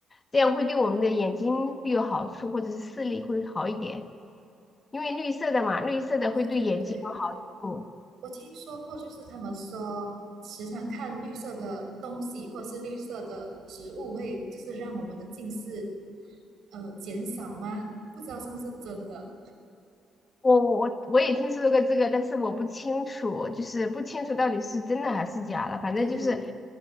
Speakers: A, on the left; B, on the right.
A: 这样会对我们的眼睛会有好处，或者是视力会好一点。因为绿色的嘛，绿色的会对眼睛有好处。
B: 对对对，我听说过，就是他们说，时常看绿色的东西或者是绿色的食物，会就是让我们的近视呃减少吗？不知道是不是真的。
A: 我我我我也听说过这个，但是我不清楚，就是不清楚到底是真的还是假的。反正就是
B: 对，